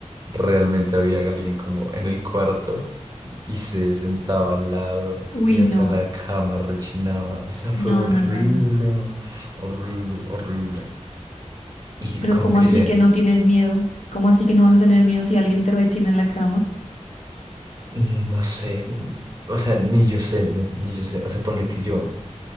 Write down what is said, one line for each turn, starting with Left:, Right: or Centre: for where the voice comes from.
Right: realmente había alguien como en el cuarto y y se sentaba al lado
Left: Uy,
Right: y
Left: no,
Right: hasta la cama rechinaba. O sea,
Left: no,
Right: fue horrible,
Left: no, no, no.
Right: horrible, horrible. Y
Left: Pero
Right: como
Left: ¿cómo
Right: que
Left: así
Right: ya,
Left: que no tienes miedo? ¿Cómo así que no vas a tener miedo si alguien te rechina en la cama?
Right: mm, no sé, o sea, ni yo sé, ni ni yo sé, o sea, ponle que yo.